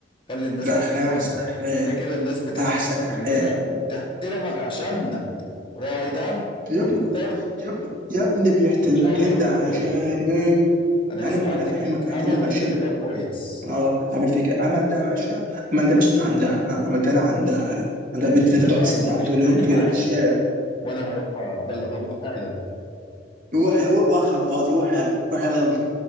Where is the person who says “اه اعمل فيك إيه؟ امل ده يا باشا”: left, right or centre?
Right